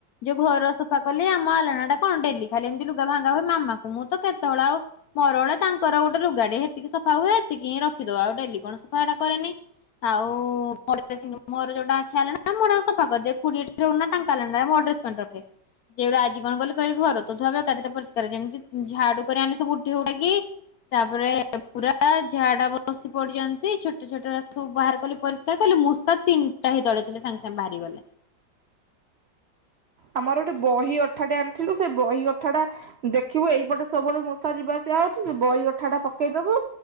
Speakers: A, on the left; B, on the right.
A: ଯୋଉ ଘର ସଫା କଲି ଆମ ଆଲଣାଟା କଣ ଡେଲି ଖାଲି ଏମିତି ଲୁଗା ଭାଙ୍ଗା ହୁଏ ମାମାକୁ ମୁଁ ତ କେତବେଳେ ଆଉ, ମୋର ଗୋଟେ ତାଙ୍କର ଗୋଟେ ଲୁଗାଟେ ହେତିକି ସଫା ହୁଏ ସେତିକି ହିଁ ରଖିଦଉ ଆଉ ଡେଲି କଣ ସଫା ଏଟା କରେନି। <unintelligible> <unintelligible> ସେ ଗୋଟେ ଆଜି କଣ କଲେ କହିଲେ ଘର ତ ଧୁଆ ହବ କାଲିତ ପରିସ୍କାର ହେଇଛି ଯେମିତି ଝାଡୁ କରି ଆଣେ ସବୁ ଉଠେଇ ଉଠାକି। ତାପରେ ପୁରା ଝାଡା ବସି ପଡିଛନ୍ତି ଛୋଟ ଛୋଟ ସବୁ ବାହାର କଲେ। ପରିସ୍କାର କରିଲି ମୂଷା ତିନିଟା ହେଇ ତଳେ ଥିଲେ ସାଙ୍ଗେ ସାଙ୍ଗେ ହେଇ ବାହାରିଗଲେ।
B: ଆମର ଗୋଟେ ବହି ଅଠାଟେ ଆଣିଥିଲୁ ସେ ବହି ଅଠାଟା- - ଦେଖିବୁ ଏଇପଟେ ସବୁବେଳେ ମୂଷା ଯିବା ଆସିବା ହଉଛି ବହି ଅଠାଟା ପକେଇଦବୁ।